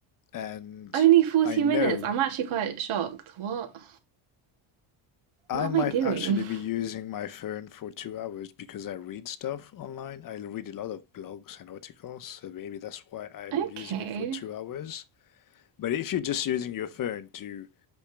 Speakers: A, on the left (about 40°); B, on the right (about 75°).
A: and
B: Only 40
A: I know
B: minutes. I'm actually quite shocked. What?
A: I
B: What am
A: might
B: I doing?
A: actually be
B: <laughs>
A: using my phone for two hours because I read stuff online. I read a lot of blogs and articles, so maybe that's why I'm
B: Okay.
A: using it for two hours. But if you're just using your phone to